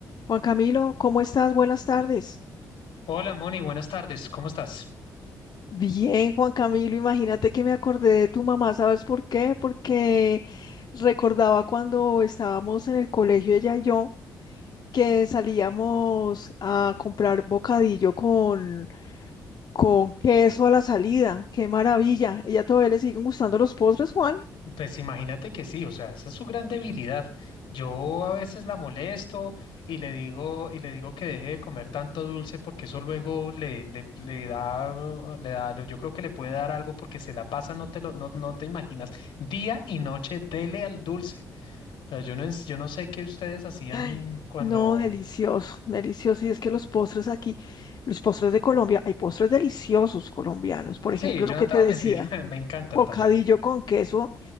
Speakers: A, on the left; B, on the left.
A: Juan Camilo, ¿cómo estás? Buenas tardes.
B: Hola Moni, buenas tardes, ¿cómo estás?
A: Bien, Juan Camilo, imagínate que me acordé de tu mamá, ¿sabes por qué? Porque recordaba cuando estábamos en el colegio, ella y yo, que salíamos a comprar bocadillo con, con queso a la salida. ¡Qué maravilla! ¿Ella todavía le siguen gustando los postres, Juan?
B: Pues imagínate que sí, o sea, esa es su gran debilidad. Yo a veces la molesto y le digo, y le digo que deje de comer tanto dulce porque eso luego le, le, le da, le da, yo creo que le puede dar algo porque se la pasa, no te lo, no, no te imaginas, día y noche dele al dulce. O sea, yo no, es- yo no sé qué ustedes hacían
A: Ay,
B: cuando,
A: no, delicioso, delicioso. Y es que los postres aquí, los postres de Colombia, hay postres deliciosos colombianos. Por ejemplo,
B: sí, yo
A: lo
B: no
A: que
B: te
A: te
B: voy a mentir,
A: decía.
B: <laughs> me encantan
A: Bocadillo
B: también.
A: con queso,